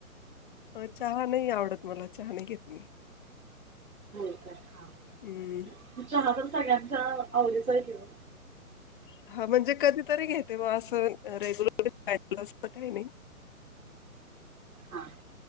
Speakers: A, on the left; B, on the right.
A: अं चहा नाही आवडत मला. चहा नाही घेत मी.
B: होय काय? हा.
A: हम्म
B: तर हा चहा तर सगळ्यांच्या आवडीचाय की ओ.
A: हा म्हणजे कधीतरी घेते म असं रेग्युलर <unintelligible> काही नाही.
B: हा